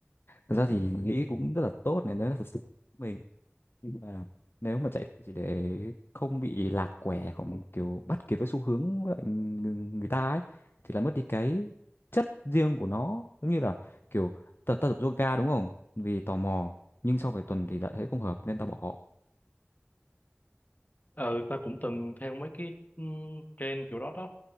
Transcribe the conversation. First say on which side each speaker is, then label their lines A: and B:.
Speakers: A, on the left; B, on the left.
A: thật ra thì nghĩ cũng rất là tốt này nếu là thật sự của mình nhưng mà nếu mà chạy chỉ để không bị lạc quẻ, không kiểu bắt kịp với xu hướng với lại người người ta ấy thì là mất đi cái chất riêng của nó giống như là kiểu tập ta tập yoga đúng không vì tò mò nhưng sau vài tuần thì lại thấy không hợp nên tao bỏ
B: Ờ, ta cũng từng theo mấy cái ừ, trend kiểu đó đó.